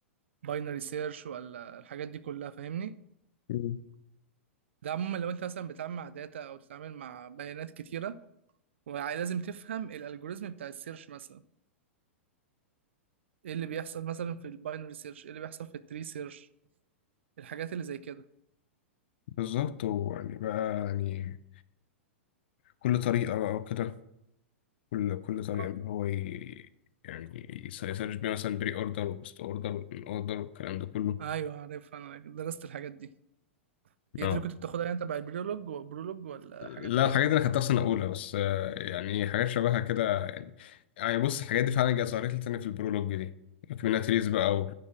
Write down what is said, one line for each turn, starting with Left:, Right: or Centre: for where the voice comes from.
Right: باينري سيرش ولا الحاجات دي كلها فاهمني
Left: كده
Right: ده عموما لو انت مثلا بتتعامل مع داتا او تتعامل مع بيانات كتيره ولازم تفهم الالجوريزم بتاع السيرش مثلا ايه اللي بيحصل مثلا في الباينري سيرش ايه اللي بيحصل في التري سيرش الحاجات اللي زي كده
Left: بالظبط ويعني بقى يعني كل طريقة بقى وكده كل كل طريقة
Right: أوك.
Left: إن هو ي... يعني يس- يسرش بيها مثلا بري أوردر وبوست أوردر أوردر والكلام ده كله
Right: ايوه عارف انا درست الحاجات دي هي
Left: اه
Right: دي اللي كنت بتاخدها يعني تبع البرولوج برولوج ولا حاجه
Left: لا
Right: تانية
Left: الحاجات دي أنا خدتها في سنة أولى بس آه، يعني إيه، حاجات شبهها كده يعني يعني بص الحاجات دي فعلا جت ظهرت لي تاني في البرولوج دي كوميونيتيز بقى و-